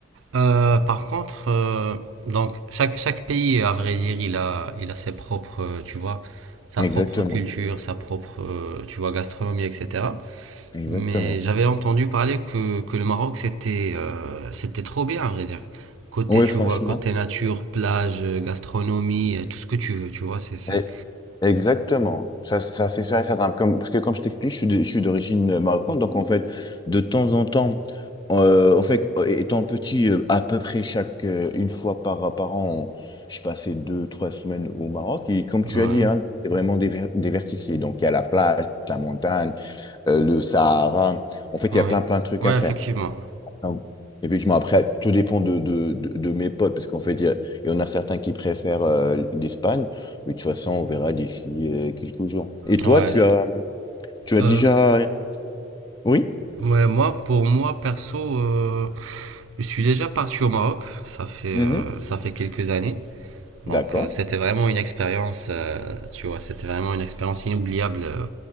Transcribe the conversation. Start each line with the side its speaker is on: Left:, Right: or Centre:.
Right: Euh, par contre, euh, donc chaque, chaque pays, à vrai dire, il a, il a ses propres, euh, tu vois, sa
Left: Exactement,
Right: propre culture, sa propre, euh, tu vois, gastronomie, etc.
Left: exactement.
Right: Mais j'avais entendu parler que, que le Maroc, c'était euh, c'était trop bien, à vrai dire. Côté,
Left: Oui,
Right: tu
Left: franchement.
Right: vois, côté nature, plage, gastronomie, euh, tout ce que tu veux, tu vois, c'est, c'est...
Left: Eh, Exactement. Ça, ça c'est sûr et certain. Comme, parce que comme je t'explique, je suis de- je suis d'origine euh, marocaine. Donc, en fait, de temps en temps, euh, en fait, euh, étant petit, euh, à peu près chaque... euh, une fois par, par an, on- je passais deux, trois semaines au Maroc. Et comme
Right: Ouais.
Left: tu as dit, hein, c'est vraiment déver- diversifié. Donc, il y a la plage, la montagne. euh, le Sahara. En fait,
Right: Ouais,
Left: il y a plein, plein de trucs
Right: ouais,
Left: à faire.
Right: effectivement.
Left: Donc, effectivement, après, tout dépend de, de, de, de mes potes, parce qu'en fait, il y, a- il y en a certains qui préfèrent euh, l'Espagne, mais de toute façon, on verra d'ici euh, quelques jours. Et toi,
Right: Ouais.
Left: tu as, tu as
Right: Euh,
Left: déjà... Oui?
Right: ouais, moi, pour moi, perso, euh, je suis déjà parti au Maroc. Ça fait,
Left: Mhm.
Right: euh, ça fait quelques années.
Left: D'accord.
Right: Donc, euh, c'était vraiment une expérience, euh, tu vois, c'était vraiment une expérience inoubliable, euh,